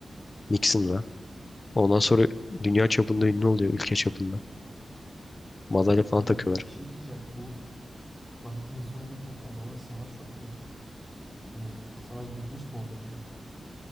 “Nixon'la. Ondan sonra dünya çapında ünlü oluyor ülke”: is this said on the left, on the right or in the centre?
Left